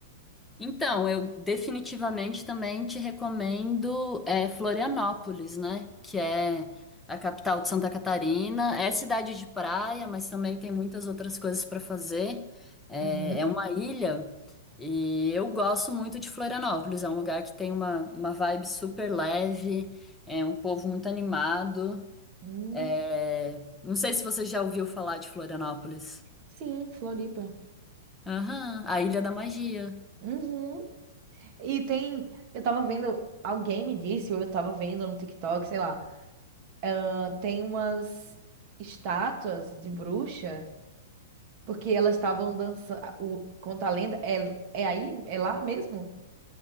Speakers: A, in the centre; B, on the right.
A: Então, eu definitivamente também te recomendo é, Florianópolis, né? Que é a capital de Santa Catarina. É cidade de praia, mas também tem muitas outras coisas para fazer. É,
B: Uhum.
A: é uma ilha e eu gosto muito de Florianópolis. É um lugar que tem uma, uma vibe super leve, é um povo muito animado.
B: Hum,
A: É, Não sei se você já ouviu falar de Florianópolis.
B: sim, Floripa.
A: Aham, a Ilha da Magia.
B: Uhum. E tem. Eu tava vendo. Alguém me disse, ou eu tava vendo no TikTok, sei lá. ah, Tem umas estátuas de bruxa, porque elas estavam dançando. O, conta a lenda. É, é aí? É lá mesmo?